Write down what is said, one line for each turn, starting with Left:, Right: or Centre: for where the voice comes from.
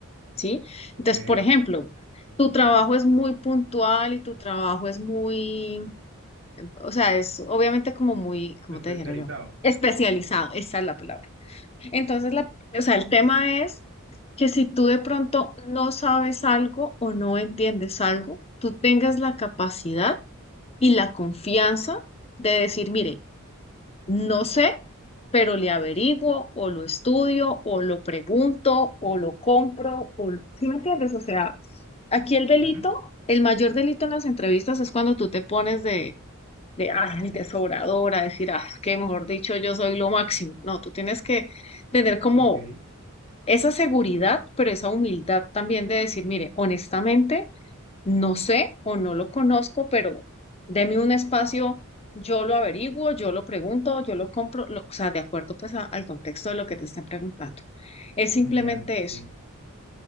Left: ¿sí?
Right: Ok,
Left: Entonces, por ejemplo, tu trabajo es muy puntual y tu trabajo es muy, o sea, es obviamente como muy, ¿cómo
Right: especializado.
Left: te dijera yo? Especializado, esa es la palabra. Entonces, la, o sea, el tema es que si tú de pronto no sabes algo o no entiendes algo, tú tengas la capacidad y la confianza de decir, mire, no sé, pero le averiguo o lo estudio o lo pregunto o lo compro o lo... ¿Sí me entiendes? O sea, aquí el delito,
Right: Ujú.
Left: el mayor delito en las entrevistas es cuando tú te pones de... de, ay, de sobradora, decir, ah, que mejor dicho, yo soy lo máximo. No, tú tienes que tener como
Right: Ok,
Left: esa seguridad, pero esa humildad también de decir, mire, honestamente, no sé o no lo conozco, pero deme un espacio, yo lo averiguo, yo lo pregunto, yo lo compro, lo- o sea, de acuerdo pues a- al contexto de lo que te están preguntando. Es simplemente
Right: genial,
Left: eso.
Right: sí.